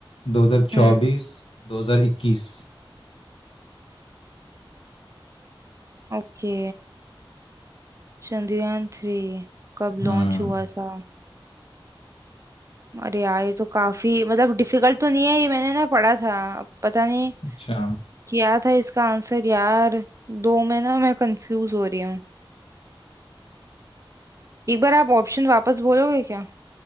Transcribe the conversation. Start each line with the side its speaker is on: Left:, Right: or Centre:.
Left: 2024
Right: हम्म
Left: 2021
Right: ओके चंद्रयान थ्री कब
Left: हम्म
Right: लॉन्च हुआ था अरे यार ये तो काफी मतलब डिफिकल्ट तो नहीं है ये मैंने ना पढ़ा था अब पता नहीं
Left: अच्छा
Right: क्या था इसका आंसर यार दो में ना मैं कंफ्यूज हो रही हूँ एक बार आप ऑप्शन वापस बोलोगे क्या